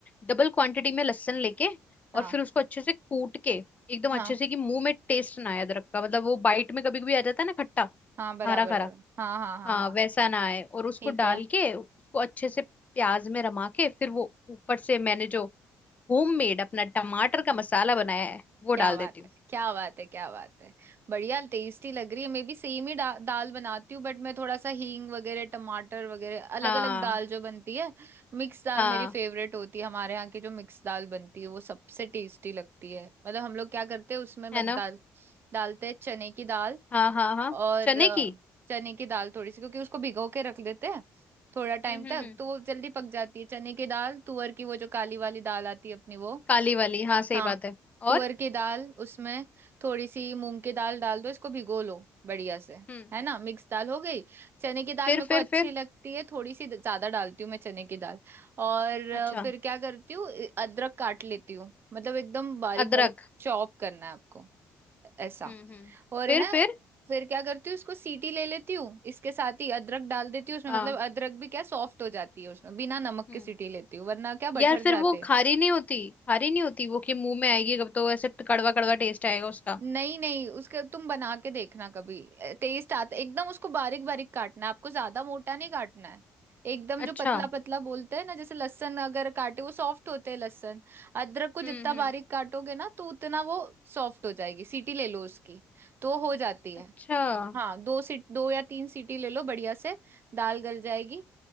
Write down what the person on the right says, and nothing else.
हाँ
हाँ
हाँ बराबर
बराबर हाँ हाँ हाँ
हाँ
ठीक
है
क्या
बात
है क्या बात है क्या बात है बढ़िया टेस्टी लग रही है मैं भी सेम ही डा, दाल बनाती हूँ बट मैं थोड़ा सा हींग वगैरह टमाटर वगैरह अलग
अलग दाल जो बनती है मिक्स दाल
मेरी फेवरेट होती है हमारे यहाँ की जो मिक्स दाल बनती है वो सबसे टेस्टी लगती है मतलब हम लोग क्या करते हैं उसमें बन,
दाल डालते हैं चने की दाल
और
अ,
चने की दाल थोड़ी सी क्योंकि उसको भिगो के रख देते हैं थोड़ा टाइम
तक
तो वो जल्दी पक जाती है चने की दाल तुअर की वो जो काली वाली दाल आती है अपनी वो
हाँ,
तुअर की दाल उसमें थोड़ी सी मूंग की दाल डाल दो इसको भिगो लो बढ़िया से
है ना मिक्स दाल हो गई चने की दाल
मेरे को
अच्छी
लगती है थोड़ी सी ज्यादा डालती हूँ मैं चने की दाल और अ,
फिर क्या करती हूँ अ, अदरक काट लेती हूँ मतलब एकदम बारीक
बारीक चॉप करना है आपको ऐसा
और
है ना
फिर क्या करती हूँ इसको सीटी ले लेती हूँ इसके साथ ही अदरक डाल देती हूँ उसमें
मतलब अदरक भी क्या सॉफ्ट हो जाती है उसमें बिना नमक
के सीटी लेती हूँ वरना क्या बटर
जाते
हैं
नहीं नहीं उसका तुम बना के देखना कभी टेस्ट आता एकदम उसको बारीक बारीक काटना है आपको ज्यादा मोटा नहीं काटना है एकदम जो
पतला पतला बोलते हैं ना जैसे लहसुन अगर काटे वो सॉफ्ट होते हैं लहसुन अदरक को जितना
बारीक काटोगे ना तो उतना वो सॉफ्ट हो जाएगी सीटी ले लो उसकी तो हो जाती है
हाँ दो सीट दो या तीन सीटी ले लो बढ़िया से दाल गल जाएगी